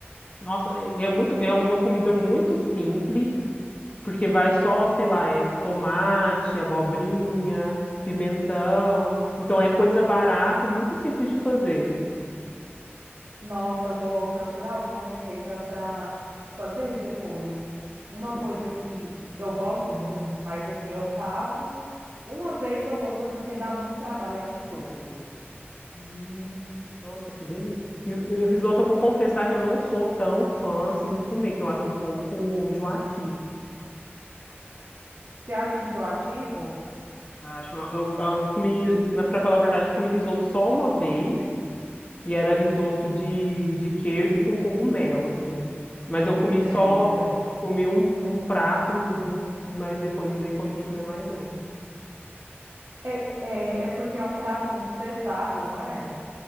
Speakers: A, on the left (about 40°); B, on the right (about 80°).
A: Nossa, e é muito, é uma comida muito simples Porque vai só, sei lá, é tomate, abobrinha, pimentão. Então é coisa barata e muito simples de fazer.
B: Nossa, eu vou procurar alguma receita para fazer depois. Uma coisa
A: Nossa,
B: que eu gosto muito, mas assim, eu faço uma vez ou outra porque dá muito trabalho, é risoto.
A: hum, nossa, que delícia. E o e o risoto, eu vou confessar que eu não sou tão fã assim de comer, que eu acho um pouco enjoativo.
B: Você acha enjoativo?
A: Acho, eu, eu comi, na- pra falar a verdade, eu comi risoto só uma vez e era risoto de, de queijo com cogumelo, assim. Mas
B: Hum,
A: eu comi
B: que delícia.
A: só, eu comi um, um prato, do, mas depois eu não dei conta de comer mais, não.
B: É, é, é porque é um prato muito pesado, não é?